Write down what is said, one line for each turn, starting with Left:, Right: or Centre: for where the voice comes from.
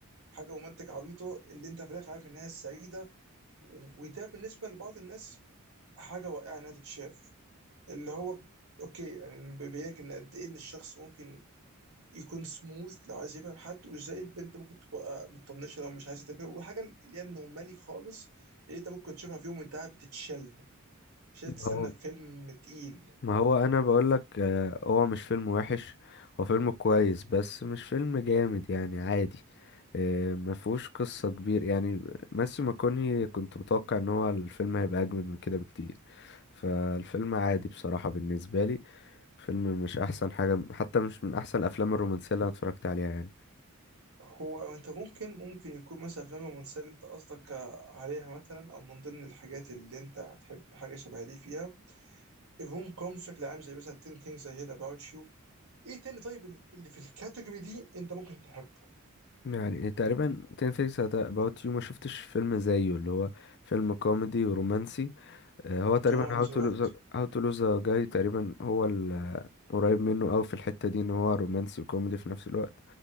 Right: حاجه رومانتك عبيطه اللي انت في الاخر عارف انها السعيده وده بالنسبه لبعض الناس حاجه رائعه انها تتشاف اللي هو اوكي يعني بيبين لك ان قد ايه ان الشخص ممكن يكون سموث لو عايز يفهم حد وازاي البنت ممكن تبقى مطنشه لو مش عايزه تفهم وحاجه اللي هي النورمالي خالص اللي انت ممكن تشوفها في يوم وانت قاعد بتتشل مش لازم تستنى
Left: هو
Right: في فيلم تقيل
Left: ما هو انا بقول لك آه، هو مش فيلم وحش هو فيلم كويس بس مش فيلم جامد يعني عادي آه، ما فيهوش قصة كبير يعني ماسيو ماكوني كنت متوقع ان هو الفيلم هيبقى اجمد من كده بكتير فالفيلم عادي بصراحة بالنسبة لي فيلم مش احسن حاجة حتى مش من احسن الافلام الرومانسية اللي انا اتفرجت عليها يعني
Right: هو انت ممكن ممكن يكون مثلا افلام الرومانسيه اللي انت قصدك عليها مثلا او من ضمن الحاجات اللي انت هتحب حاجه شبه دي فيها الروم كوم بشكل عام زي مثلا 10 things I hate about you ايه تاني طيب اللي في الكاتيجوري دي انت ممكن تحبه
Left: يعني تقريبا 10 things about you ما شفتش فيلم زيه اللي هو فيلم كوميدي ورومانسي آه، هو تقريبا
Right: دراما في
Left: هاو
Right: نفس
Left: تو
Right: الوقت
Left: لوز هاو تو لوز جاي تقريبا هو ال- قريب منه او في الحتة دي ان هو رومانسي وكوميدي في نفس الوقت